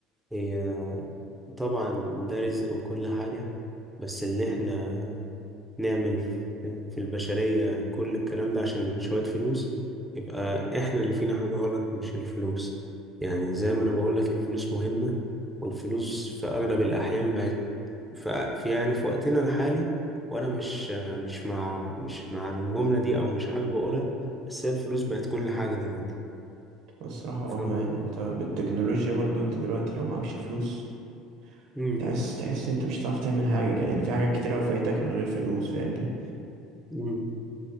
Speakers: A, in the centre; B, on the right (about 65°).
A: هي طبعا ده رزق وكل حاجة بس اللي احنا نعمل في في البشرية كل الكلام ده عشان شوية فلوس يبقى احنا اللي فينا حاجة غلط مش الفلوس يعني زي ما انا بقولك الفلوس مهمة والفلوس في اغلب الاحيان بقت ف- في يعني في وقتنا الحالي وانا مش مش مع مش مع الجملة دي او مش حابب اقولها بس هي الفلوس بقت كل حاجة دلوقتي
B: الصراحة اه
A: فاهم
B: يعني
A: قصدي؟
B: انت بالتكنولوجيا برضو انت دلوقتي لو معكش فلوس
A: امم
B: تحس تحس انت مش هتعرف تعمل حاجة كده يعني في حاجات كتير اوي فايتك من غير فلوس فاهمني
A: امم